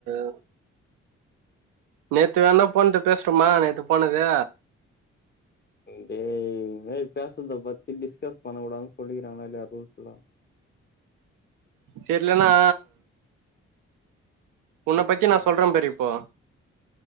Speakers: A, on the right; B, on the left.
A: உ நேத்து வேணா போண்ட்ட பேசுட்டும நேத்து போனது
B: டேய் இந்மாதிரி பேசுறத பத்தி டிஸ்கஸ் பண்ணக்கூடாதுனு சொல்லிருக்றாங்களா இல்லயா குரூப்ல
A: சேரிலன்னா உன்ன‌ பத்தி நா சொல்றேன் பாரு இப்போ